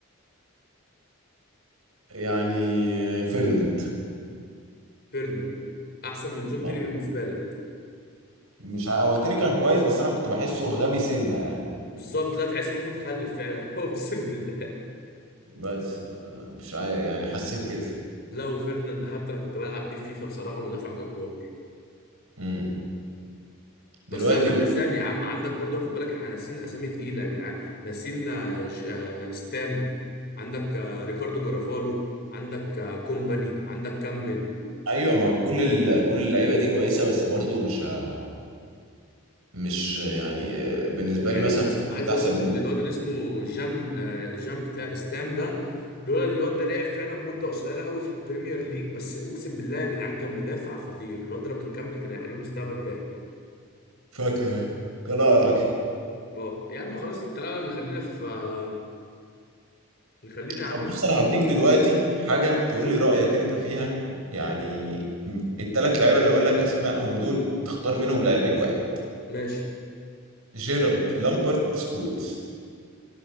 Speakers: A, on the right; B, on the left.
A: يعني فيرناند
B: فيرناند احسن من جون تيري
A: آه.
B: بالنسبه لك
A: مش ع- هو تيري كان كويس بس انا كنت بحسه غبي سنة يعني
B: بالظبط لا تحس ان هو متخلف فعلا <laughs> اقسم بالله
A: بس ف- مش عارف يعني حسيت كده
B: لا وفيرناند حتى انا كنت بلعب بيه فيفا بصراحه مدافع جبار
A: مم.
B: بس
A: دلوقتي
B: عندك اسامي يا عم عندك برضه خد بالك احنا ناسيين اسامي تقيله يا جدعان ناسيين آه، ج- آه، ستام عندك آه، ريكاردو كارافالو عندك آه، كومباني عندك كامبل
A: ايوه ما كل ال... كل اللعيبه دي كويسه بس برضو مش ه... مش يعني بالنسبه
B: يعني
A: لي مثلا فيرتز
B: عايز
A: انت احسن
B: اقول لك ان
A: منه
B: الواد اللي اسمه جام آه، جام بتاع ستام ده لولا إن الواد ده لعب فعلا مده قصيره قوي في البريمير ليج بس اقسم بالله يا جدعان كان مدافع خطير الواد ده لو كان كمل كان هيبقى ليه مستقبل باهر
A: فاكره ايه كان اقرع كده
B: آه، يا عم خلاص تعالى نخلينا في آه، نخلينا يا
A: طب
B: عم في
A: بص انا هديك دلوقتي حاجه تقول لي رايك انت فيها يعني م- التلات لعيبه اللي اقول لك اسمائهم دول تختار منهم لعيب واحد
B: ماشي
A: جيرارد لامبرت سكولز